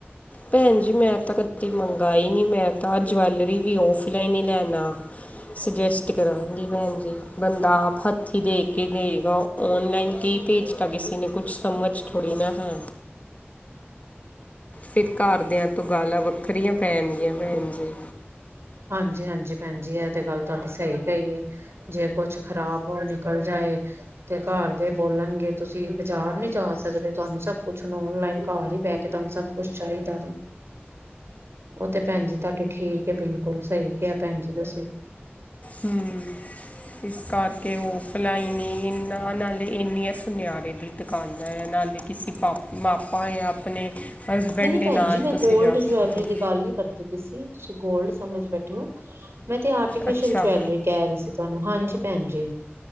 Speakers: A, on the left; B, on the right.
A: ਭੈਣ ਜੀ ਮੈਂ ਤਾਂ ਕਦੀ ਮੰਗਾਈ ਨੀ। ਮੈਂ ਤਾਂ ਜਵੈਲਰੀ ਵੀ ਔਫਲਾਈਨ ਹੀ ਲੈਣਾ। ਸੁਜੈਸਟ ਕਰਾਂਗੀ ਭੈਣ ਜੀ। ਬੰਦਾ ਆਪ ਹੱਥੀ ਦੇਖ ਕਿ ਦੇਗਾ। ਔਨਲਾਈਨ ਕੀ ਭੇਜਤਾ ਕਿਸੇ ਨੇ ਕੁਛ ਸਮਝ ਥੋੜ੍ਹੀ ਨਾ ਹੈ। ਫਿਰ ਘਰਦਿਆਂ ਤੋਂ ਗਾਲਾਂ ਵੱਖਰੀਆਂ ਪੈਣਗੀਆਂ ਭੈਣ ਜੀ।
B: ਹਾਂਜੀ ਹਾਂਜੀ ਭੈਣ ਜੀ ਇਹ ਤੇ ਗੱਲ ਤੁਹਾਡੀ ਸਹੀ ਕਹੀਏ। ਜੇ ਕੁਛ ਖ਼ਰਾਬ ਨਿਕਲ ਜਾਏ। ਤੇ ਘਰ ਦੇ ਬੋਲਣਗੇ ਤੁਸੀਂ ਬਾਜ਼ਾਰ ਨੀ ਜਾ ਸਕਦੇ। ਤੁਹਾਨੂੰ ਸਭ ਕੁਛ ਹੁਣ ਔਨਲਾਈਨ ਘਰ ਹੀ ਬਹਿ ਕੇ। ਤੁਹਾਨੂੰ ਸਭ ਕੁਛ ਚਾਹੀਦਾ ਵੀ। ਉਹ ਤੇ ਭੈਣ ਜੀ ਤੁਹਾਡੀ ਠੀਕ ਏ। ਬਿਲਕੁਲ ਸਹੀ ਕਿਹਾ ਭੈਣ ਜੀ ਤੁਸੀ।
A: ਹੂੰ। ਇਸ ਕਰਕੇ ਉਫਲਾਈਨ ਈ ਇੰਨਾਂ, ਨਾਲੇ ਇੰਨੀਆਂ ਸੁਨਿਆਰੇ ਦੀ ਦੁਕਾਨਾਂ ਹੈ। ਨਾਲੇ ਕਿਸੀ ਪ ਮਾਪਾ ਜਾਂ ਜਾਂ ਆਪਣੇ ਹਸਬੈਂਡ
B: ਨਹੀਂ ਨਹੀਂ
A: ਦੇ
B: ਭੈਣ
A: ਨਾਲ
B: ਜੀ, ਮੈਂ
A: ਤੁਸੀਂ
B: ਗੋਲਡ
A: ਜਾ
B: ਜੁਐਲਰੀ
A: ਸਕਦੇ ਹੋ
B: ਦੀ ਗੱਲ ਨੀ ਕਰਦੀ ਸੀ। ਤੁਸੀਂ ਗੋਲਡ ਸਮਝ ਬੈਠੇ ਹੋ, ਮੈਂ ਤਾਂ ਆਰਟੀਫਿਸ਼ਲ
A: ਅੱਛਾ
B: ਜੁਐਲਰੀ ਕਹਿ ਰਹੇ ਸੀ ਤੁਹਾਨੂੰ। ਹਾਂਜੀ ਭੈਣ ਜੀ।